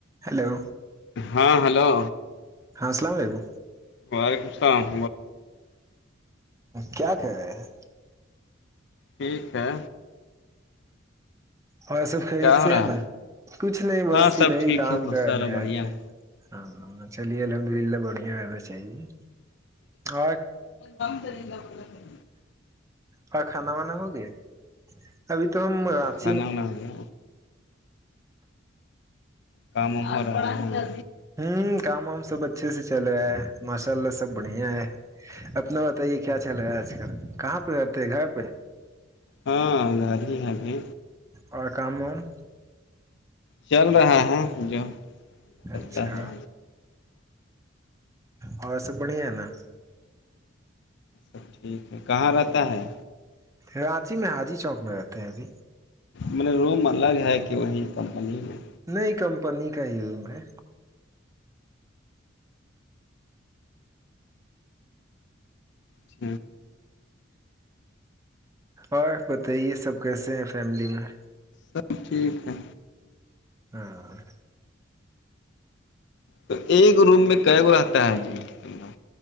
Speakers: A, on the right; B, on the left.
A: hello
B: ہاں hello
A: ہاں السلام علیکم
B: وعلیکم السلام
A: کیا کہ رہے ہیں
B: ٹھیک ہے
A: اور سب خرید
B: کیا ہو
A: سے
B: رہا
A: ہے نا کچھ نہیں بس
B: ہاں سب
A: ادھر
B: ٹھیک
A: ہی کام
B: ہے ماشاء
A: کرنے
B: اللہ بڑھیا
A: آئے تھے
B: ہے
A: ہاں چلیے الحمد للہ بڑھیا رہنا چاہیے اور
B: بمر ل ب کر
A: اور کھانا وانا ہوگیا ابھی تو ہم رات
B: ہ نا ن ہوا کام ہو رہا ہے
A: ہوں کام وام سب اچھے سے چل رہا ہے ماشاء اللہ سب بڑھیا ہے اپنا بتائیے کیا چل رہا ہے آج کل کہاں پہ رہتے ہیں گھر پہ
B: ہاں گاڑی ہے ابھی
A: اور کامم
B: چل رہا ہے جو چلتا
A: اچھا
B: ہے
A: اور سب بڑھیا ہے نا
B: اب ٹھیک ہے کہاں رہتا ہے
A: رانچی میں حاجی چوک میں رہتے ہیں ابھی
B: مے روم الگ ہے کہ وہیں کمپنی میں
A: نہیں کمپنی کا ہی روم ہے
B: جچھ
A: اور بتائیے سب کیسے ہیں فیملی میں
B: سب ٹھیک ہے
A: ہاں
B: تو ایک روم میں ک گ رہتا ہے جیلہ